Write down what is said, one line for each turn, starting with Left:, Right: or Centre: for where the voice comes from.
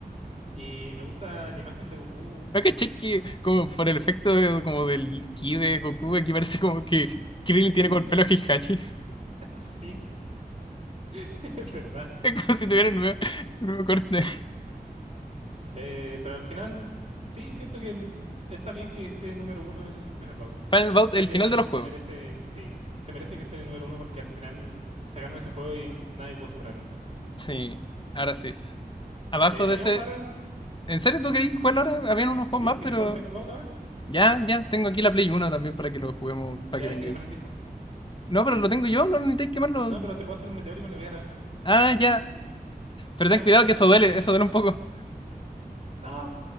Right: Y me gusta la imagen de Goku.
Left: ¿No caché que como
Right: ¿Mm?
Left: por el efecto de- como del ki de Goku, aquí parece como que Krillin
Right: <laughs>
Left: tiene como el pelo de Heihachi? <laughs>
Right: Sí, <laughs> es verdad.
Left: Es como si tuviera el nuevo, el nuevo corte.
Right: Eh, pero al final, sí, siento que n- está bien que esté número uno el Fenerbahce.
Left: Final Bout,
Right: Creo
Left: el
Right: que
Left: final de los
Right: se
Left: juegos.
Right: merece, sí, se merece que esté en el número uno porque al final se ganó ese juego y nadie pudo superar ese juego, al fin.
Left: Sí, ahora sí. Abajo
Right: Eh, ¿vayamos
Left: de ese.
Right: a jugar?
Left: ¿En serio tú querías jugarlo ahora? Habían unos juegos
Right: ¿Sí?
Left: más,
Right: ¿Queréis
Left: pero.
Right: jugar Fenerbahce ahora?
Left: Ya, ya, tengo aquí la Play uno también para que lo juguemos, para
Right: Ya
Left: que
Right: deja
Left: venga
Right: quemar
Left: ahí.
Right: el disco.
Left: No, pero lo tengo yo, no necesitáis quemarlo.
Right: No, pero te puedo hacer un meteórico en la vida real.
Left: Ah, ya. Pero
Right: Ya,
Left: ten cuidado
Right: mira, espérame.
Left: que eso duele, eso duele un poco.
Right: ¡No!